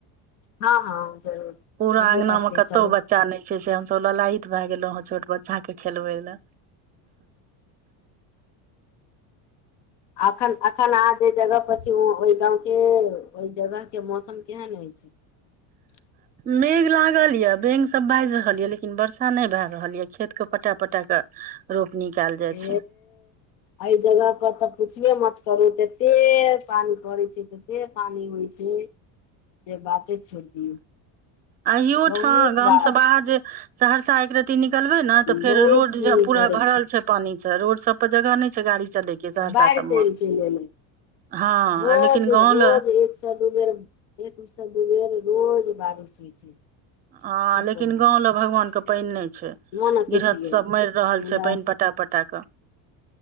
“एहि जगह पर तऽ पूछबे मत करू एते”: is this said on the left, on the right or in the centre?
Left